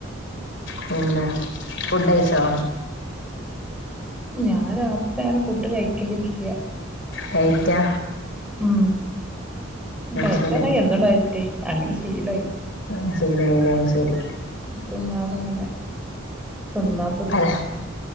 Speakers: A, on the left (about 60°); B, in the centre.
A: പിന്നെ ഫുഡയ്ച്ചോ?
B: ഞാൻ രാത്രി അങ്ങനെ ഫുഡ് കഴിക്കലില്ല.
A: ഡയ്റ്റാ
B: ഉം ഡയറ്റാന്നാ
A: ശരി
B: എന്നും ഡയ്റ്റ് അങ്ങനെ ഷീലായി.
A: ആശീലായിലെ അയ് ശരി.
B: തിന്നാണ്ട്ങ്ങനെ തിന്നാ-
A: അരാ